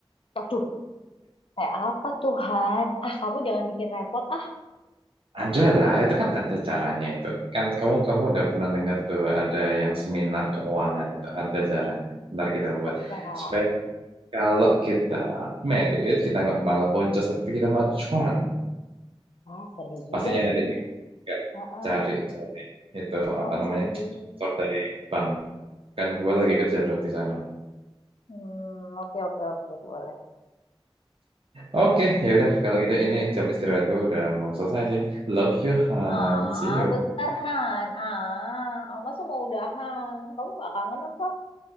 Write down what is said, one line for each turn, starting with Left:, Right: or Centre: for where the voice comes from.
Left: Waduh, kayak apa Tuhan? Ah, kamu jangan bikin repot. Ah,
Right: Ada lah, itu kan ada caranya itu. Kan kamu kamu udah pernah dengar tuh ada yang seminar keuangan itu ada caranya. Ntar kita buat
Left: masa?
Right: supaya kalau kita merit kita nggak malah boncos tapi kita malah cuan.
Left: Ah, seru juga
Right: Pastinya ada
Left: sih.
Right: juga
Left: Heeh,
Right: cari cari itu
Left: mau
Right: apa namanya
Left: sih.
Right: sponsor dari bank. Kan gue lagi kerja tuh di sana.
Left: Hmm, oke oke oke boleh.
Right: Oke,
Left: Eh,
Right: yaudah kalau gitu ini jam istirahat gue udah mau selesai sih. Love you Han,
Left: ah,
Right: see you.
Left: bentar Han. Ah, masa mau udahan? Kamu nggak kangen apa?